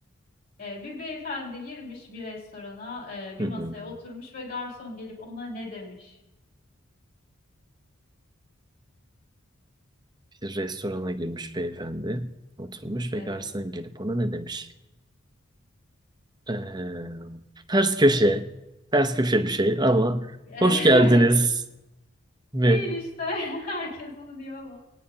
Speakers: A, on the left; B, on the right.
A: Ee, bir beyefendi girmiş bir restorana, e, bir
B: Hı hı.
A: masaya oturmuş ve garson gelip ona ne demiş?
B: Bir restorana girmiş beyefendi. Oturmuş
A: Evet.
B: ve garson gelip ona ne demiş? Ee, ters köşe, ters köşe bir şey ama
A: <laughs>
B: hoş geldiniz
A: Evet.
B: mi?
A: Değil işte. <laughs> Herkes onu diyor ama.